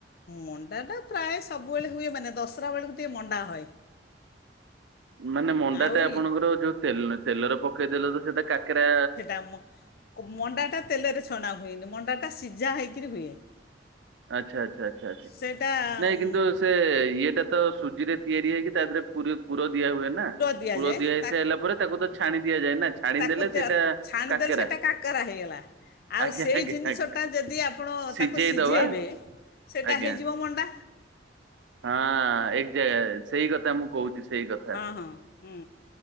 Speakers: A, on the left; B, on the right.
A: ମଣ୍ଡାଟା ପ୍ରାୟେ ସବୁବେଳେ ହୁଏ ମାନେ ଦଶରା ବେଳକୁ ଟିକେ ମଣ୍ଡା ହଏ।
B: ମାନେ ମଣ୍ଡାଟା
A: ଆଉ
B: ଆପଣଙ୍କର
A: ଇଏ
B: ଯୋଉ ତେଲ ତେଲରେ ପକେଇ ଦେଲେ ତ ସେଇଟା କାକେରା
A: ଆମ ମଣ୍ଡାଟା ତେଲରେ ଛଣା ହୁଏନି, ମଣ୍ଡାଟା ସିଝା ହେଇକିରି ହୁଏ।
B: ଆଚ୍ଛା-ଆଚ୍ଛା-ଆଚ୍ଛା-ଆଚ୍ଛା
A: ସେଇଟା
B: ନାଇଁ
A: ଉଁ,
B: କିନ୍ତୁ ସେ ଇଏଟା ତ ସୁଜିରେ ତିଆରି ହେଇକି ତା ଧେରେ ପୁରୀ ପୁର ଦିଆ ହୁଏ ନା,
A: ଦିଆଯାଏ
B: ପୁର ଦିଆ ହେଇସାଇଲା
A: ତାକୁ
B: ପରେ ତାକୁ ତ ଛାଣି ଦିଆଯାଏ ନା, ଛାଣିଦେଲେ
A: ତାକୁ ତେ-
B: ସେଇଟା
A: ଛାଣିଦେଲେ
B: କାକେରା
A: ସେଇଟା କାକରା ହେଇଗଲା। ଆଉ
B: ଆଜ୍ଞା
A: ସେଇ
B: ଆଜ୍ଞା
A: ଜିନିଷଟା
B: ଆଜ୍ଞା
A: ଯଦି ଆପଣ
B: ସିଝେଇ
A: ତାକୁ ସିଝେଇବେ
B: ଦବା
A: ସେଇଟା
B: ଆଜ୍ଞା।
A: ହେଇଯିବ ମଣ୍ଡା।
B: ହଁ ଏକଜା ସେଇ କଥା ମୁଁ କହୁଚି ସେଇ କଥା
A: ହଁ ହଁ ହୁଁ